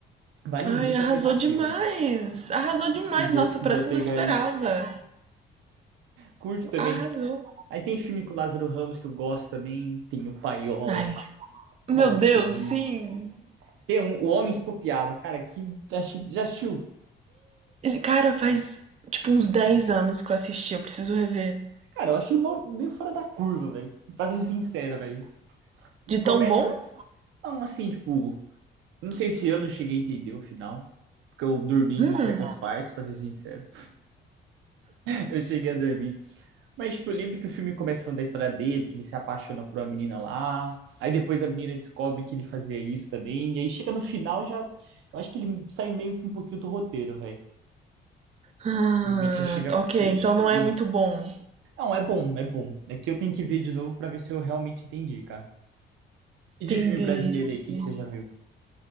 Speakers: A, on the right; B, on the right.
A: Vale
B: Ai,
A: muito
B: arrasou
A: a pena assistir,
B: demais!
A: velho.
B: Arrasou demais!
A: E dia,
B: Nossa,
A: se quiser
B: por essa
A: pegar
B: eu não esperava.
A: aí, curte também.
B: Arrasou.
A: Aí tem filme com o Lázaro Ramos que eu gosto também. Tem o Paió.
B: Ai, meu
A: Qual outro
B: Deus,
A: que eu vi?
B: sim.
A: Tem um, O Homem que Copiava. Cara, que achei- já assistiu?
B: Cara, faz tipo uns 10 anos que eu assisti, eu preciso rever.
A: Cara, eu achei mó- meio fora da curva, velho. Pra ser sincero, velho. E
B: De
A: começa.
B: tão bom?
A: Não, assim, tipo. Não sei se eu não cheguei a entender o final. Porque eu dormi em
B: Hum.
A: certas partes, pra ser sincero. <laughs> Eu cheguei a dormir. Mas, tipo, eu lembro que o filme começa falando da história dele, que ele se apaixona por uma menina lá. Aí depois a menina descobre que ele fazia isso também. E aí chega no final, já. Eu acho que ele sai meio que um pouquinho do roteiro, velho.
B: Ah,
A: Eles meio que já chega a fugir.
B: ok, então não é muito bom.
A: Não, é bom, é bom. É que eu tenho que ver de novo pra ver se eu realmente entendi, cara. E de
B: Entendi.
A: filme brasileiro aí, o que
B: entendi.
A: que você já viu?